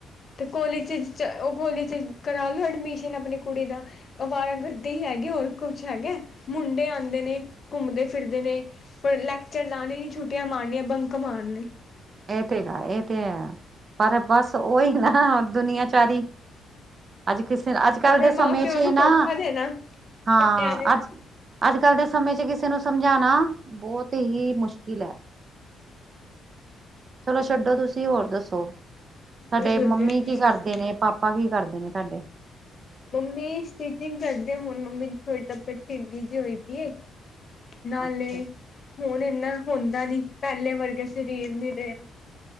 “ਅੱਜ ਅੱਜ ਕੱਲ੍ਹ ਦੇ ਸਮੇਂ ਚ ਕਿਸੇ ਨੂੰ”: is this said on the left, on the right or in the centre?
Right